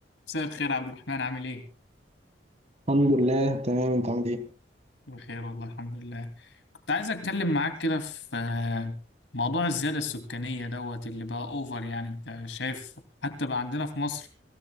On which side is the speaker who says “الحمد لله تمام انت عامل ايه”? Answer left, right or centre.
Right